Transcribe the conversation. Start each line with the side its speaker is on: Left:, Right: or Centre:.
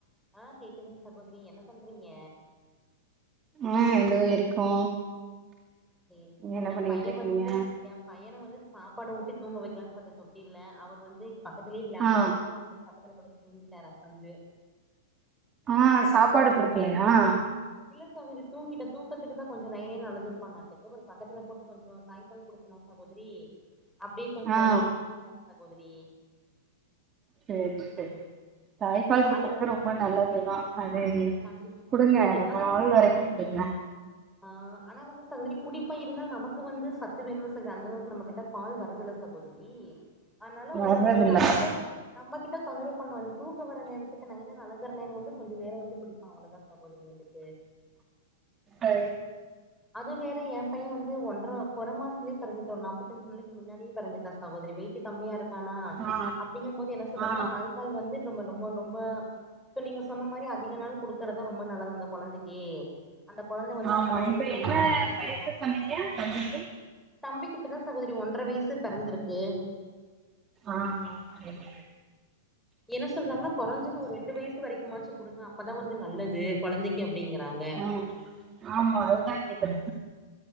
Centre: ஆ கேக்குதுங்க சகோதரி என்ன பண்றீங்க
Right: ஆ எதோ இருக்கோ
Centre: சேரி
Right: நீங்க என்ன
Centre: ஏ
Right: பண்ணிட்டு
Centre: பையே
Right: இருக்கீங்க
Centre: வந்துட்டு ஏ பையன வந்து சாப்பாடு ஊட்டி தூங்க வைக்கலான்னு பாத்தா தொட்டில்ல அவர் வந்து பக்கத்துலே விளான்ட்டே
Right: ஆ
Centre: இருந்தாரு அப்டியே பக்கத்துல படுத்து தூங்கிட்டாரு அசந்து
Right: ஆ சாப்பாடு குடுக்கலயா
Centre: இல்ல சகோதரி தூங்கிட்டா தூக்கத்துக்கு தா கொஞ்சோ நய நயனு அழுதுருப்பான்நாட்டுக்கு ஒரு பக்கத்துல போட்டு கொஞ்சோ தாய்ப்பால் குடுத்தனா சகோதரி அப்டியே கொஞ்சோ
Right: ஆ
Centre: டாரு சகோதரி
Right: சேரி சேரி தாய்பால் குடுக்குறது
Centre: அதுக்கு
Right: ரொம்ப நல்லதுதா அது
Centre: கண்டி
Right: குடுங்க
Centre: கண்டி
Right: ரொம்ப
Centre: ஆனா
Right: நாள் வரைக்கு குடுங்க
Centre: ஆ ஆனா வந்து சகோதரி குடிப்பா இருந்தாலு நமக்கு வந்து சத்து வேணு சரி அந்த அளவுக்கு நம்ம கிட்ட பால் வர்ரதுல்ல சகோதரி அதனால
Right: வர்றதில்ல
Centre: ஓரளவுக்கு நம்ம கிட்ட நம்ம கிட்ட தொந்தரவு பண்ணாது அது தூக்கோ வர நேரத்துக்கு நய நயனு அழுகுற நேரம் வந்து கொஞ்சோ நேரோ வந்து குடிப்பான் அவ்வளோதா சகோதரி வந்துட்டு
Right: ஆ
Centre: அது வேற ஏ பையே வந்து ஓன்ற கொற மாசத்திலேயே பொறந்துட்டா ஒரு நாப்பதஞ்சு நாளைக்கு முன்னாடியே பொறந்துட்டா சகோதரி வெயிட் கம்மியா இருக்கானா
Right: ஆ
Centre: அப்படிங்கும் போது என்ன சொல்றாங்கன்னா
Right: ஆ
Centre: தாய் மக்கள் வந்து நம்ம நொம்ப நொம்ப இப்ப நீங்க சொன்ன மாரி அதிக நாள் குடுக்குறதா ரொம்ப நல்லது அந்த கொழந்தைக்கி அந்த கொழந்தை வந்து
Right: ஆமா
Centre: அப்பதா வந்து
Right: இப்ப
Centre: ஹெல்த்தியா
Right: என்ன
Centre: இருக்கு
Right: வயசு சொன்னீங்க தம்பிக்கு
Centre: தம்பிக்கு இப்பதா சகோதரி ஒன்றர வயசு பெறந்திருக்கு
Right: ஆ செரி
Centre: என்ன சொல்றாங்கனா கொறஞ்சது ஒரு ரெண்டு வயசு வரைக்குமாச்சு குடுங்க அப்பதா வந்து நல்லது கொழந்தைக்கு அப்டிங்கறாங்க
Right: ஆ ஆமா அதுதா கேக்குறே